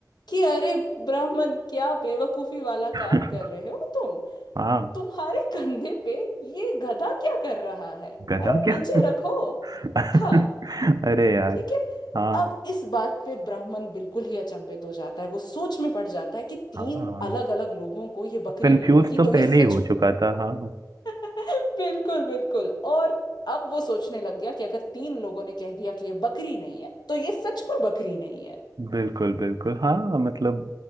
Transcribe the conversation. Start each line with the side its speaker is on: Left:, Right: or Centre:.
Left: कि अरे ब्राह्मण क्या बेवकूफी वाला
Right: <laughs>
Left: काम कर रहे हो तुम
Right: हाँ
Left: तुम्हारे कंधे पे ये गधा क्या कर रहा है
Right: गधा
Left: अरे
Right: क्या
Left: नीचे रखो
Right: <laughs>
Left: हाँ
Right: अरे यार
Left: ठीक है
Right: हाँ
Left: अब इस बात पे ब्राह्मण बिल्कुल ही अचंभित हो जाता है वो सोच में पड़ जाता है कि
Right: हाँ
Left: तीन अलग अलग लोगों को ये बकरी
Right: कंफ्यूज
Left: नहीं लगी
Right: तो
Left: तो
Right: पहले
Left: ये सच
Right: ही हो चुका था हाँ
Left: <laughs> बिल्कुल बिल्कुल और अब वो सोचने लग गया कि अगर तीन लोगों ने कह दिया कि ये बकरी नहीं है तो ये सच में बकरी नहीं है
Right: बिल्कुल बिल्कुल हाँ मतलब